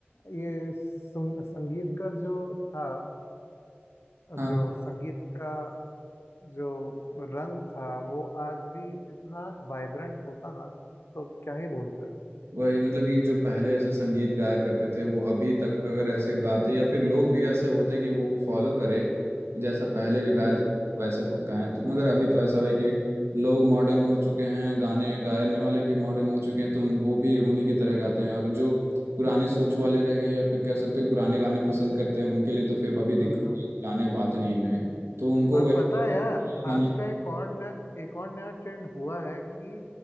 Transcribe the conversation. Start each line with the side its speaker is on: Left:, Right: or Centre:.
Left: ये सुन- संगीत का जो था
Right: हाँ
Left: जो संगीत का जो रंग था वो आज भी इतना वाइब्रेंट होता ना तो क्या ही बोलते
Right: वही मतलब कि जो पहले ऐसे संगीत गाया करते थे वो अभी तक अगर ऐसे गाते या फिर लोग भी ऐसे होते कि वो फॉलो करे कि जैसा पहले के गाया
Left: जी
Right: जाता,
Left: जी
Right: वैसे गाएं तो मगर अभी तो ऐसा है कि लोग मॉडर्न हो चुके हैं गाने गाने वाले भी मॉडर्न हो चुके हैं तो उन- वो भी उन्हीं की तरह गाते हैं और जो पुराने सोच वाले रह गए या फिर कह सकते हो पुराने गाने पसंद करते हैं उनके लिए तो फिर अभी दिक्कत
Left: हम्म हम्म हम्म।
Right: गाने अब आते नहीं नए तो उनको
Left: और
Right: वही
Left: पता है यार
Right: गाने
Left: आज का एक और नया एक और नया ट्रेंड हुआ है कि